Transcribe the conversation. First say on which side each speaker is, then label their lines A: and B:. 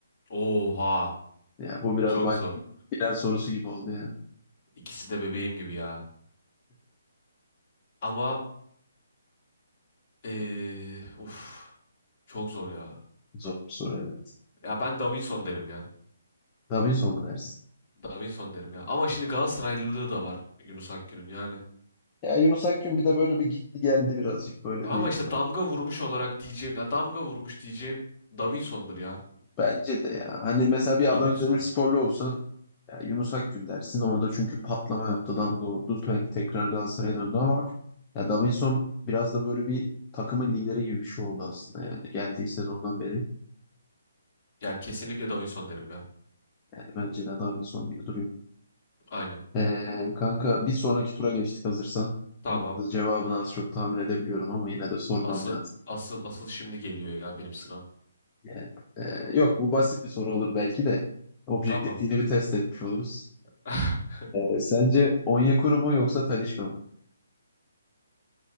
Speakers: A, on the left; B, on the left.
A: Oha.
B: Ya bu biraz
A: Çok
B: bay-
A: zor.
B: final sorusu gibi oldu yani.
A: İkisi de bebeğim gibi ya. Ama eee uf. Çok zor ya.
B: Zor soru evet.
A: Ya ben Davinson derim ya.
B: Davinson mu dersin?
A: Davinson derim ya. Ama şimdi Galatasaraylılığı da var Yunus Akgün'ün yani.
B: Ya Yunus Akgün bir de böyle bir gitti geldi birazcık böyle
A: Ama
B: bir
A: işte damga vurmuş olarak diyeceğim. Ya damga vurmuş diyeceğim Davinson'dur ya.
B: bence de ya. Hani mesela bir
A: Davinson'dur.
B: Adana Demirsporlu olsan ya Yunus Akgün dersin orada çünkü patlama yaptı damga vurdu te- tekrar Galatasaray'a döndü ama ya Davinson biraz da böyle bir takımın lideri gibi bir şey oldu aslında yani geldiği sezondan beri.
A: Ya kesinlikle Davinson derim ya.
B: Yani bence de Davinson gibi duruyor.
A: Aynen.
B: Ee, kanka bir sonraki tura geçtik hazırsan.
A: Tamam.
B: Bunun da Cevabını az çok tahmin edebiliyorum ama yine de sormam
A: Asıl
B: lazım.
A: asıl asıl şimdi geliyor ya benim sınav.
B: Yani, e, yok bu basit bir soru olur belki de. Objektifliğini
A: Tamam.
B: bir test etmiş oluruz.
A: <laughs>
B: E, sence Onyekuru mu yoksa Talisca mı?